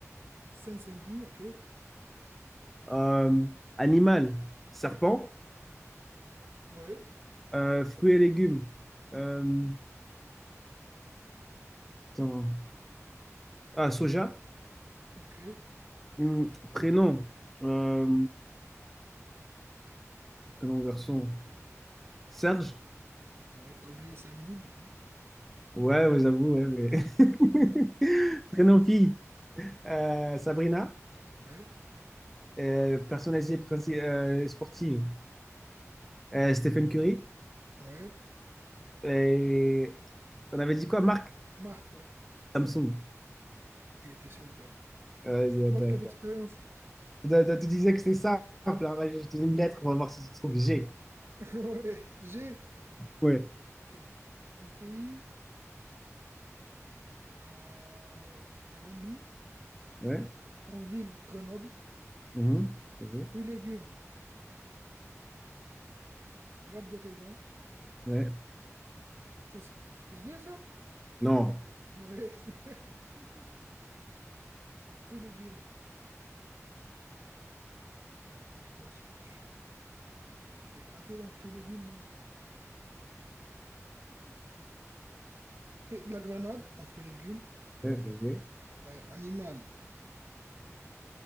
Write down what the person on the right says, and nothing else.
Seine-Saint-Denis, ok.
Ouais.
Ok.
Ouais, t'as oublié Samy, mais bon.
<laughs>
Ouais,
ouais.
Marc, ouais.
Ok, t'es chaud, toi.
Je
vois que t'as
d'expérience.
<laughs> Ouais, G.
Ok. En pays. à la Gambie,
en ville, Grenoble,
fruits, légumes, euh, grappes de raisin.
Ça, c'est- je l'ai ça?
Ouais, <laughs> en fruits, légumes. Putain, je, je- je suis éclaté dans fruits, légumes, moi. Et de la grenade, en fruits, légumes.
Ouais, animal.